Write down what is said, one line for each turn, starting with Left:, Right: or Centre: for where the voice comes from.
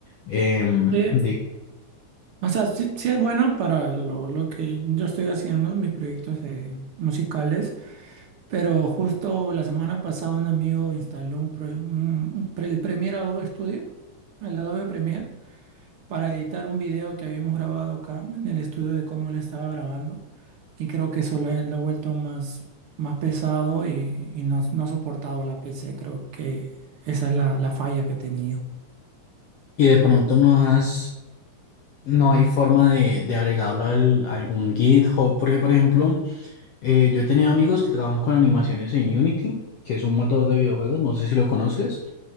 Left: em,
Right: Sí,
Left: de-
Right: o sea, sí, sí es bueno para lo, lo que yo estoy haciendo, mis proyectos eh, musicales, pero justo la semana pasada un amigo instaló un, pro- un- un pre- el Premiere Adobe Studio, el Adobe Premiere, para editar un video que habíamos grabado acá en el estudio de cómo le estaba grabando. Y creo que eso lo, he- lo ha vuelto más, más pesado y, y no, no ha soportado la PC. Creo que esa es la, la falla que he tenido.
Left: y de pronto no has No hay forma de, de agregarlo al- a algún GitHub, porque por ejemplo, eh, yo he tenido amigos que trabajan con animaciones en Unity, que es un motor de videojuegos, no sé si lo conoces,